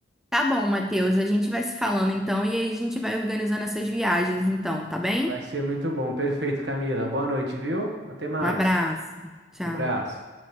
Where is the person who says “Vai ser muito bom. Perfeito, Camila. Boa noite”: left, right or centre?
Right